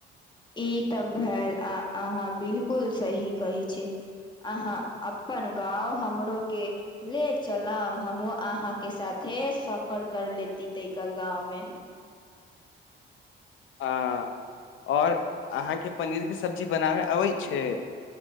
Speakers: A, on the left (about 25°); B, on the left (about 80°).
A: ई तऽ भेल अहाँ बिलकुल सही कही छै अहाँ अपन गाँव हमरो के ले चलब हमूँ अहााँके साथे सफर कर लेती त गाँंव मे
B: ह और अहाँके पनीर के सब्जी बनाबे अबै छै